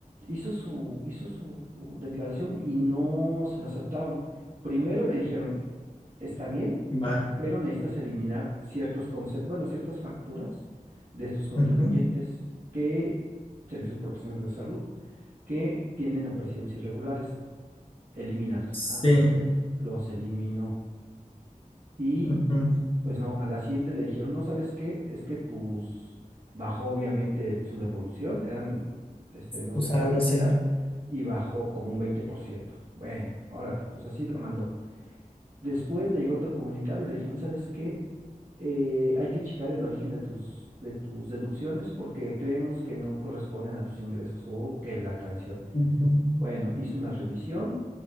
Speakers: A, on the right; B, on the left.
A: hizo su, hizo su declaración y no se la aceptaron? Primero le dijeron, está bien,
B: Va.
A: pero necesitas eliminar ciertos conceptos, bueno, ciertas facturas de estos contribuyentes
B: Ujú.
A: que, servicios profesionales de salud, que tienen operaciones irregulares. Elimínalos.
B: Sí.
A: Ah, perfecto. Los eliminó. Y
B: ujú.
A: pues no, a la siguiente le dijeron, no, ¿sabes qué? Es que tus, bajó obviamente el- su devolución, eran, este, no
B: Usaldo,
A: sé, tal cantidad,
B: sí.
A: y bajó como un veinte por ciento Bueno, órale, pues así lo mandó. Después le llegó otro comunicado y le dijeron, ¿sabes qué? Eh, hay que checar el origen de tus, de tus deducciones porque creemos que no corresponden a tus ingresos o que la canción.
B: Ujú.
A: Bueno, hizo una revisión